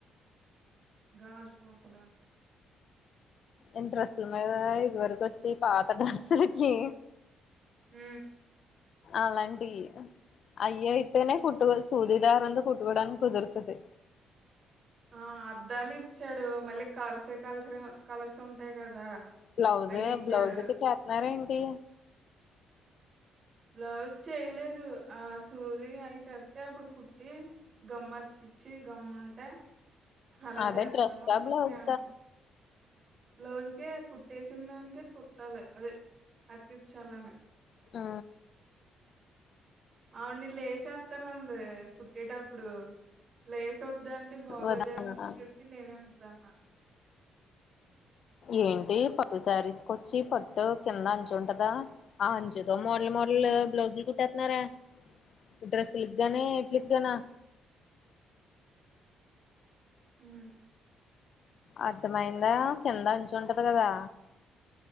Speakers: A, on the right; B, on the left.
A: గాజ పోసలా
B: ఎంటస్లు మ ఇదివరక వచ్చి ఈ పాత డెస్కి
A: హ
B: అలాంటి అయ్య ఇతేనే కుట్ సూదిదారుంత కూట్కోూడానికి కుదురుతుది
A: ఆ అద్దాలు ఇచ్చాడు మళ్ళీ కలర్స్ కల్స కలర్స్ ఉంటాయి కదా
B: బ్లౌజ్
A: అయి ఇచ్చాడు
B: బ్లౌజు కి చేతున్నారడి కే
A: బ్లౌజ్ చేయలేదు ఆ సూది అయితేత్స్తతే అప్పుడు కుట్టి గమ్మ అతికిచ్చి గమ్ము ఉంటే అలా
B: అదే
A: చేత్తాను
B: డ్రెస్ బ్లౌజ
A: తేమ బ్లౌజ్కే కుట్టేసిన దానికే కుట్టాలి అదే అత్య చాలం
B: ఆ
A: అవును ఇల్లు వసేస్తానుంది కుుట్టేటప్పుడు లే్లస్ చూద్దాండి బాగోదేమో
B: వద్దన్నాను
A: అని చెప్పి నేనే మా
B: ఏంటి పట్టు శారీస్కి వచ్చి పట్టు కింద అంచు ఉంటదా, ఆ అంచుతో మోడల్ మోడల్ బ్లౌజులు కుుట్టేస్తున్నారె, ఈ డ్రెస్సు గానీ ఎట్కి నా
A: మ్
B: అర్థమయిందా కింద అంచ ఉంటది కదా